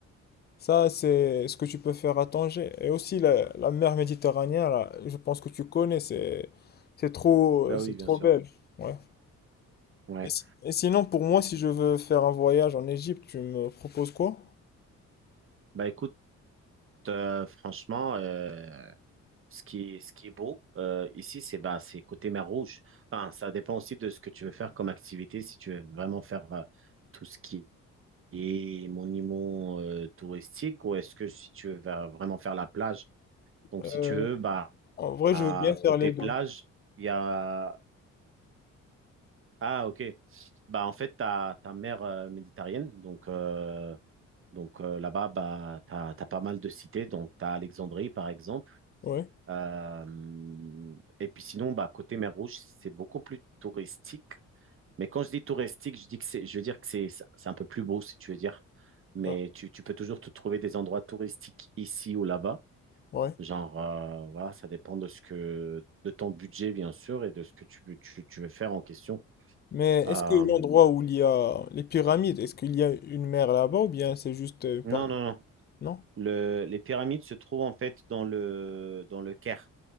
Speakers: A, on the left; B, on the right.
A: Ça, c'est ce que tu peux faire à Tanger. Et aussi la, la mer Méditerranée, là, je pense que tu connais, c'est c'est trop
B: Bah
A: c'est
B: oui, bien
A: trop
B: sûr.
A: belle. Ouais.
B: Ouais.
A: Et, si- et sinon, pour moi, si je veux faire un voyage en Égypte, tu me proposes quoi?
B: Bah écoute, euh, franchement, euh, ce qui est, ce qui est beau euh, ici, c'est bah, c'est côté mer Rouge. Enfin, ça dépend aussi de ce que tu veux faire comme activité. Si tu veux vraiment faire euh, tout ce qui est monument euh, touristique ou est-ce que si tu veux va- vraiment faire la plage. Donc,
A: Euh,
B: si tu veux, bah,
A: en vrai,
B: à
A: je veux bien faire
B: côté
A: les
B: plage,
A: deux.
B: il y a... Ah, ok. Bah, en fait, tu as, ta mer euh, méditerranéenne. Donc, euh, donc euh, là-bas, bah, tu as, pas mal de cités. Donc, tu as Alexandrie, par exemple.
A: Ouais.
B: Euh, et puis sinon, bah, côté mer Rouge, c'est beaucoup plus touristique. Mais quand je dis touristique, je dis que c'est, je veux dire que c'est, c'est un peu plus beau, si tu veux dire. Mais
A: Ah,
B: tu, tu peux toujours te trouver des endroits touristiques ici ou là-bas.
A: ouais.
B: Genre, euh, voilà, ça dépend de ce que, de ton budget, bien sûr, et de ce que tu, veux- tu, tu veux faire en question.
A: Mais
B: Euh,
A: est-ce que l'endroit où il y a les pyramides, est-ce qu'il y a une mer là-bas ou bien c'est juste une partie?
B: non, non, non.
A: Non?
B: Le, les pyramides se trouvent en fait dans le, dans le Caire.